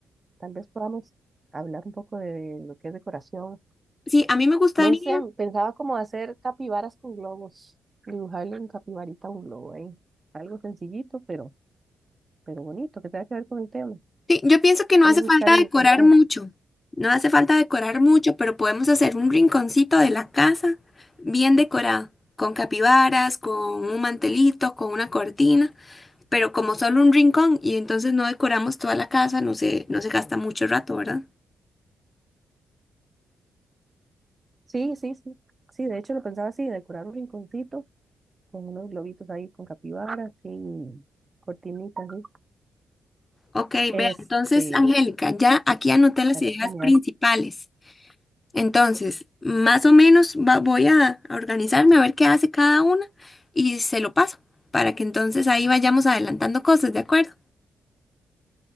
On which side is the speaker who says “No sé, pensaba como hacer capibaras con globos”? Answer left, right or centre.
Right